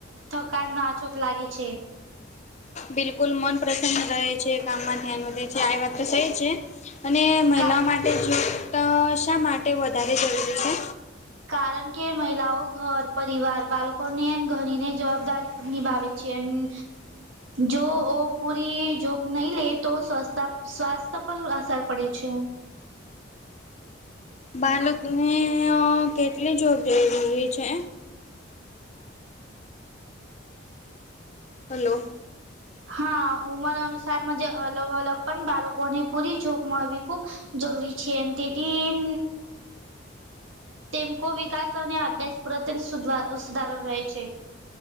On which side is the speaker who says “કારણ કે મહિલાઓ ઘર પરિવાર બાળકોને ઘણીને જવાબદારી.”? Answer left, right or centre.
Right